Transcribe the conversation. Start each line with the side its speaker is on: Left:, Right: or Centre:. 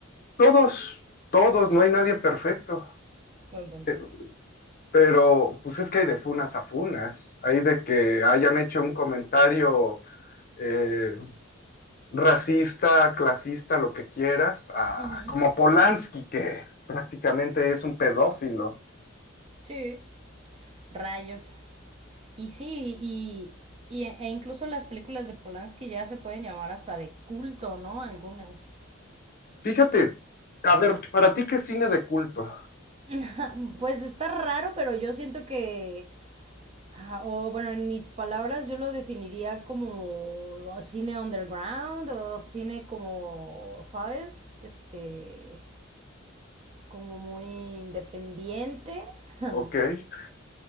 Left: Todos, todos,
Right: Sí,
Left: no hay nadie perfecto.
Right: buen punto.
Left: Eh, Pero pues es que hay de funas a funas, hay de que hayan hecho un comentario eh, racista, clasista, lo que quieras, a-
Right: Ujú,
Left: como Polanski, que prácticamente es un pedófilo.
Right: Sí, rayos. Y sí, y, y- e e incluso las películas de Polanski ya se pueden llamar hasta de culto, ¿no? Algunas.
Left: Fíjate, a ver, ¿para ti qué es cine de culto?
Right: <laughs> Pues está raro, pero yo siento que, ah, o bueno, en mis palabras yo lo definiría como cine underground o cine como, ¿sabes? Este, como muy independiente. <laughs>
Left: Ok, es